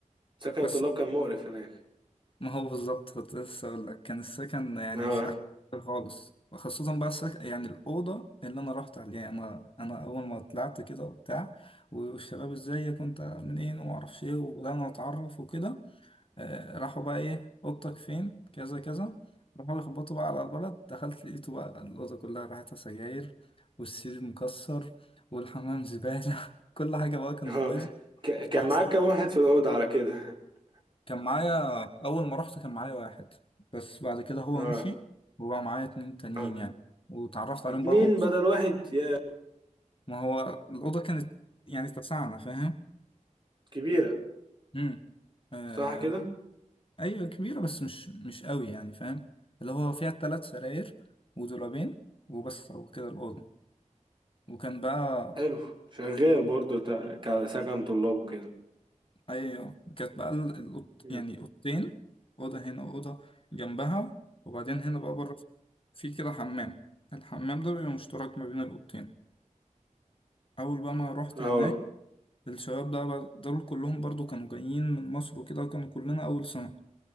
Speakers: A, on the right; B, on the left.
A: سكن الطلاب
B: بس
A: كان مقرف هناك
B: ما هو بالظبط كنت لسه أقول لك كان السكن يعني
A: اه
B: مش أحسن حاجة خالص وخصوصا بقى السكن يعني الأوضة اللي أنا رحت عليها أنا أنا أول ما طلعت كده وبتاع والشباب إزيك وأنت منين وما أعرفش إيه وبدأنا نتعرف وكده آه راحوا بقى إيه أوضتك فين كذا كذا راحوا يخبطوا بقى على البلد دخلت لقيته بقى الأوضة كلها ريحتها سجاير والسرير مكسر والحمام زبالة <laughs> كل حاجة بقى كانت
A: <laughs> اه
B: بايظة
A: ك- كان
B: وحسيت
A: معاك كام واحد في الاوضه على كده <laughs>
B: كان معايا أول ما رحت كان معايا واحد بس بعد كده هو
A: اه
B: مشي وبقى معايا اتنين تانيين
A: اه
B: يعني واتعرفت عليهم
A: اتنين
B: بقى بقى مبسوط.
A: بدل واحد يا
B: ما هو الأوضة كانت يعني اتسعنا فاهم
A: كبيره
B: امم آه
A: صح كده
B: أيوة كبيرة بس مش مش قوي يعني فاهم اللي هو فيها تلات سراير ودولابين وبس وكده الأوضة وكان بقى
A: حلو شغال برضو تا- كسكن طلاب وكده
B: ايوه كانت بقى ال- الأوض
A: مم.
B: يعني اوضتين اوضه هنا واوضه جنبها وبعدين هنا بقى بره في كده حمام الحمام ده بيبقى مشترك ما بين الاوضتين اول بقى ما رحت
A: اه
B: هناك الشباب ده بقى- دول كلهم برضو كانوا جايين من مصر وكده كانوا كلنا اول سنه